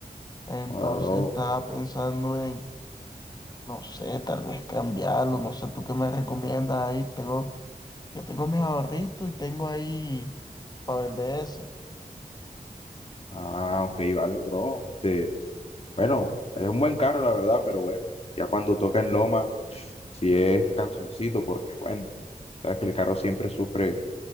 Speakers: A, on the left (about 25°); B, on the left (about 40°).
A: Entonces
B: joda, bro.
A: estaba pensando en, no sé, tal vez cambiarlo, no sé, tú qué me recomiendas ahí. Tengo, yo tengo mis ahorritos y tengo ahí para vender ese.
B: Ah, ok, vale, bro. Este. Bueno, es un buen carro, la verdad, pero bueno, ya cuando toca en Loma, sí es cansoncito, porque bueno, sabes que el carro siempre sufre